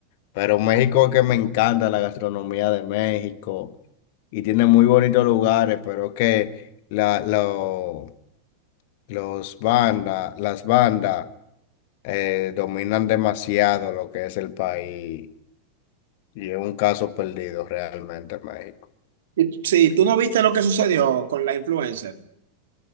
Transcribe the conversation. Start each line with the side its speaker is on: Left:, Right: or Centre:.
Left: Pero México es que me encanta la gastronomía de México y tiene muy bonitos lugares, pero es que la, lo- los bandas, las bandas. eh, dominan demasiado lo que es el país y es un caso perdido realmente México.
Right: Y t- Sí, tú no viste lo que sucedió con la influencer